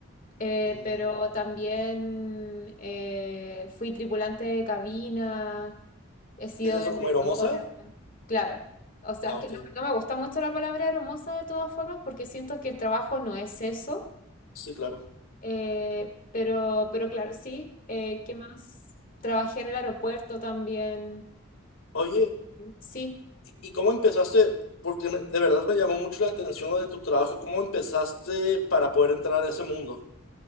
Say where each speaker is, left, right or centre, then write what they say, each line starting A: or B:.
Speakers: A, on the left; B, on the left.
A: Eh,
B: Mm.
A: pero también eh, fui tripulante de cabina, he sido
B: ¿Es eso
A: vendedora,
B: como Aeromoza?
A: claro. O sea,
B: Ah,
A: es
B: ok.
A: que no, no me gusta mucho la palabra hermosa de todas formas porque siento que el trabajo no es eso.
B: Sí, claro.
A: Eh, pero, pero claro, sí. Eh, ¿qué más? Trabajé en el aeropuerto también.
B: Oye,
A: Sí.
B: ¿y y cómo empezaste? Porque me- de verdad me llamó mucho la atención lo de tu trabajo. ¿Cómo empezaste para poder entrar a ese mundo?